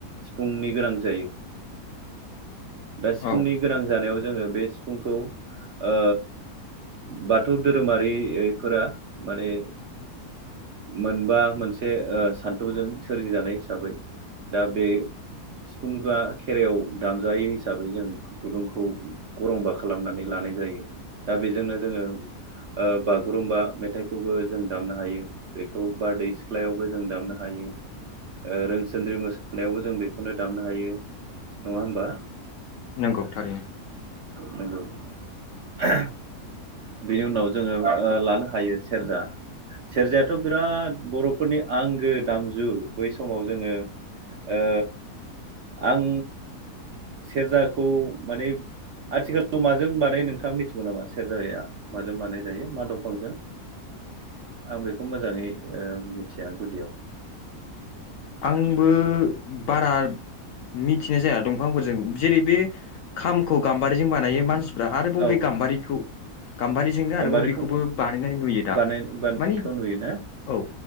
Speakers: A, on the right; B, on the left.
A: सिफुंनि गोनां जायो दा सिफुंनि
B: औ
A: गोनां जानायाव जोङो बे सिफुंखौ ओ बाथौ धोरोमारि फोरा माने मोनबा मोनसे ओ सान्थौजों सोरजिजानाय हिसाबै दा बे सिफुंआ खेराइयाव दामजायो हिसाबै जों गुदुंखौ गरंबा खालामनानै लानाय जायो। दा बेजोंनो जोङो ओ बा गुरुम्बा मेथाइखौबो जों दामनो हायो। बेखौ बारदै सिख्लायावबो जों दामनो हायो। रोनसोनद्रि मोसानायावबो जों बेखौनो दामनो हायो। नङा होमबा
B: नंगौ थारैनो
A: नोंगौ <inaudible> बेनि उनाव जोङो ओ लानो हायो सेरजा। सेरजायाथ' बिराद बर'फोरनि आंगो दामजु। बै समाव जोङो ओ आं सेरजाखौ माने आथिखालाव माजों बानायो नोंथाङा मिथिगौ नामा? सेरजाया माजों बानाय जायो मा दंफांजों आं बेखौ मोजाङै ओ मिथिया गुदियाव।
B: आंबो बारा मिथिनाय जाया दंफांफोरजों जेरै बे खामखौ गाम्बारिजों बानायो मानसि फ्रा आरोबाव
A: औ
B: बे गाम्बारिखौ गाम्बारिजोंनो आरोबाव
A: गाम्बारिखौ
B: बेखौबो बानायनाय नुयो दा।
A: बानाय बानायनायखौ
B: मानि
A: नुयोना
B: औ